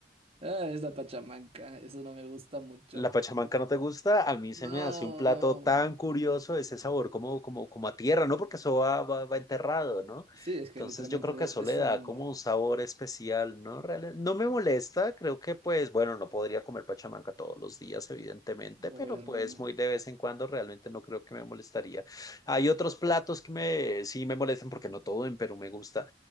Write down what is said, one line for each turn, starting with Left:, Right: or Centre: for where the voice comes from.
Right: ah, es la pachamanca, eso no me gusta mucho.
Left: La pachamanca no te gusta, a mí
Right: No,
Left: se me hace un plato tan curioso ese sabor como, como, como a tierra, ¿no? Porque eso va, va, va enterrado, ¿no?
Right: sí, es
Left: Entonces
Right: que literalmente
Left: yo creo
Right: de-
Left: que eso le
Right: es su
Left: da
Right: nombre.
Left: como un sabor especial, ¿no? Real- no me molesta, creo que pues, bueno, no podría comer pachamanca todos los días, evidentemente,
Right: Uy,
Left: pero
Right: hermano.
Left: pues muy de vez en cuando realmente no creo que me molestaría. Hay otros platos que me, sí me molestan porque no todo en Perú me gusta.